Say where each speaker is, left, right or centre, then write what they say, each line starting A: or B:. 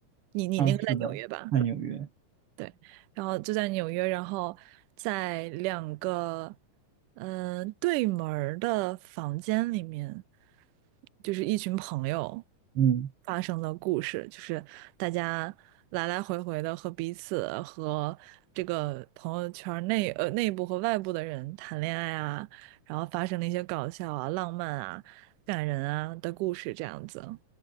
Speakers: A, on the right (about 80°); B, on the right (about 50°).
A: 你你那个在纽约吧？
B: 嗯，是的，在纽约。
A: 对，然后就在纽约，然后在两个嗯、呃对门儿的房间里面，就是一群朋友
B: 嗯，
A: 发生的故事，就是大家来来回回的和彼此和这个朋友圈儿内呃内部和外部的人谈恋爱啊，然后发生了一些搞笑啊、浪漫啊、感人啊的故事，这样子。